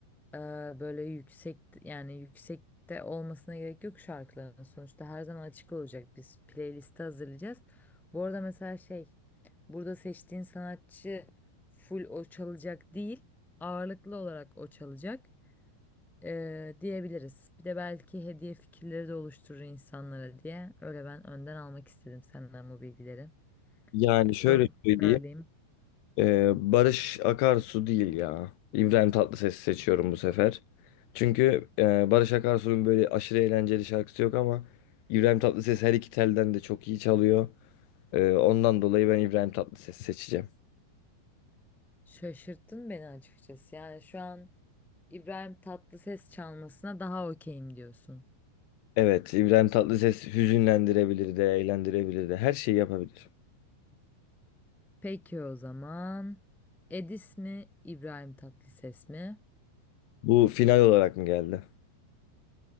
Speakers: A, in the centre; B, on the left.
A: e, böyle yüksek yani yüksekte olmasına gerek yok şarkıların sonuçta her zaman açık olacak biz playlisti hazırlayacağız. Bu arada mesela şey burada seçtiğin sanatçı full o çalacak değil ağırlıklı olarak o çalacak e, diyebiliriz. Bir de belki hediye fikirleri de oluşturur insanlara diye öyle ben önden almak istedim senden bu bilgileri.
B: Yani
A: Sonra
B: şöyle söyleyeyim.
A: tekrarlayayım.
B: e, Barış Akarsu değil ya. İbrahim Tatlıses'i seçiyorum bu sefer. Çünkü e, Barış Akarsu'nun böyle aşırı eğlenceli şarkısı yok ama İbrahim Tatlıses her iki telden de çok iyi çalıyor. E, ondan dolayı ben İbrahim Tatlıses'i seçeceğim.
A: Şaşırttın beni açıkçası yani şu an İbrahim Tatlıses çalmasına daha okeyim diyorsun.
B: Evet, İbrahim Tatlıses hüzünlendirebilir de, eğlendirebilir de, her şeyi yapabilir.
A: Peki o zaman. Edis mi, İbrahim Tatlıses mi?
B: Bu final olarak mı geldi?